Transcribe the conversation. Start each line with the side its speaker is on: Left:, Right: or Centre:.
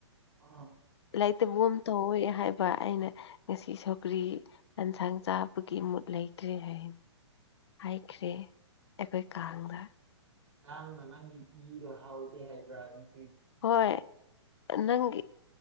Right: ꯑ
Left: ꯂꯩꯥꯏꯔꯤꯇꯕꯨ ꯑꯃ ꯇꯧꯑꯣꯏ ꯍꯥꯏꯕ ꯑꯩꯅ ꯉꯁꯤ ꯁꯧꯀ꯭ꯔꯤ ꯑꯦꯟꯁꯥꯡ ꯆꯥꯕꯒꯤ ꯃꯨꯠ ꯂꯩꯇ꯭ꯔꯦ ꯍꯥꯏꯅꯤ ꯍꯥꯏꯈ꯭ꯔꯦ ꯑꯩꯈꯣꯏ ꯀꯥꯡꯗ
Right: ꯀꯥꯡꯅ ꯅꯪꯒꯤ ꯏꯗꯣ ꯍꯥꯎꯗꯦ ꯍꯥꯏꯕꯔ ꯉꯁꯤ
Left: ꯍꯣꯏ ꯅꯪꯒꯤ